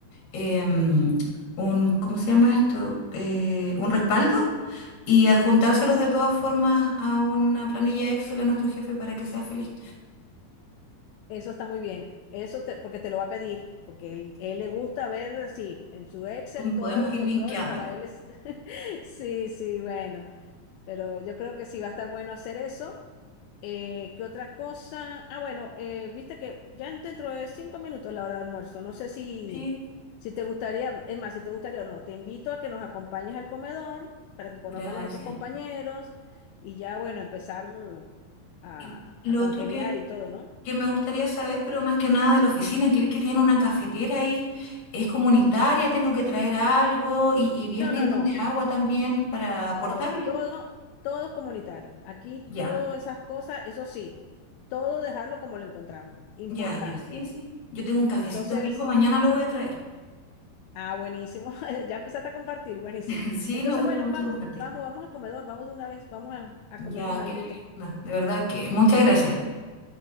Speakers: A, on the left; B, on the left.
A: em, un, ¿cómo se llama esto? Eh, un respaldo y adjuntárselos de todas formas a una planilla Excel a nuestro jefe para que sea feliz.
B: eso está muy bien. Eso te- porque te lo va a pedir, porque él, él le gusta ver así en su Excel
A: Como
B: todo
A: podemos
B: el
A: ir
B: control
A: linkeándolo.
B: para él es <laughs> sí, sí, bueno, pero yo creo que sí va a estar bueno hacer eso. Eh, ¿qué otra cosa? Ah, bueno, eh, viste que ya en- dentro de cinco minutos es la hora de almuerzo. No sé si,
A: Sí,
B: si te gustaría, es más, si te gustaría o no, te invito a que nos acompañes al comedor para que conozcas
A: gracias.
B: a los otros compañeros y ya, bueno, empezar a,
A: Y lo
B: a congeniar
A: otro que,
B: y todo, ¿no?
A: que me gustaría saber, pero más que nada de la oficina, que vi que tienen una cafetera ahí, es comunitaria, tengo que traer algo y, y vi el
B: No,
A: bidón
B: no, no,
A: de agua también para aportarle.
B: no, todo, todo es comunitario. Aquí
A: Ya,
B: todas esas cosas, eso sí, todo dejarlo como lo encontramos, importante.
A: ya, ya, sí, sí. Yo tengo un cafecito
B: Entonces,
A: rico, mañana lo voy a traer.
B: Ah, buenísimo. <laughs> Ya empezaste a compartir, buenísimo.
A: <laughs> Sí,
B: Entonces,
A: me gusta
B: bueno,
A: mucho
B: vamos,
A: compartir.
B: vamos, vamos al comedor, vamos de una vez, vamos a, a
A: Ya,
B: comernos alguito.
A: qué linda, de verdad que muchas gracias.